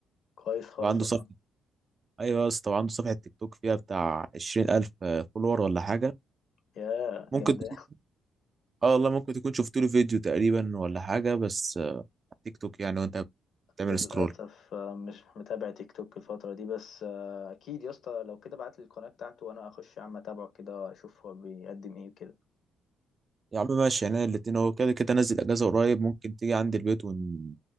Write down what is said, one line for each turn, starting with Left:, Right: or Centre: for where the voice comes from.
Left: كويس خالص
Right: وعنده
Left: والله
Right: صفحة أيوة يا اسطى وعنده صفحة تيك توك فيها بتاع عشرين ألف فولور ولا حاجة
Left: يا
Right: ممكن
Left: جمدان
Right: تكون- اه والله ممكن تكون شفت له فيديو تقريبا ولا حاجة بس آه، على تيك توك يعني وأنت بتعمل
Left: للأسف
Right: سكرول
Left: آه، مش متابع تيك توك الفترة دي بس آه، أكيد يا اسطى لو كده بعت لي القناة بتاعته وأنا أخش يا عم أتابعه كده أشوف هو بيقدم إيه وكده
Right: يا عم ماشي يعني الاتنين هو كده كده نزل أجازة قريب ممكن تيجي عندي البيت ون...